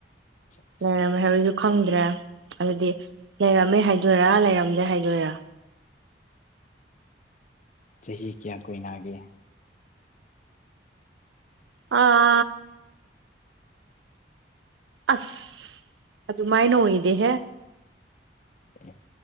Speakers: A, on the left (about 45°); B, on the right (about 85°).
A: ꯆꯥ
B: ꯂꯩꯔꯝꯃꯤ ꯍꯥꯏꯕꯁꯨ ꯈꯪꯗ꯭ꯔꯦ ꯑꯗꯨꯗꯤ ꯂꯩꯔꯝꯃꯦ ꯍꯥꯏꯗꯣꯏꯔꯥ ꯂꯩꯔꯝꯗꯦ ꯍꯥꯏꯗꯣꯏꯔꯥ
A: ꯆꯍꯤ ꯀꯌꯥ ꯀꯣꯏꯅꯒꯦ
B: ꯑ ꯑꯁ ꯑꯗꯨꯃꯥꯏꯅ ꯑꯣꯏꯗꯦꯍꯦ
A: ꯑ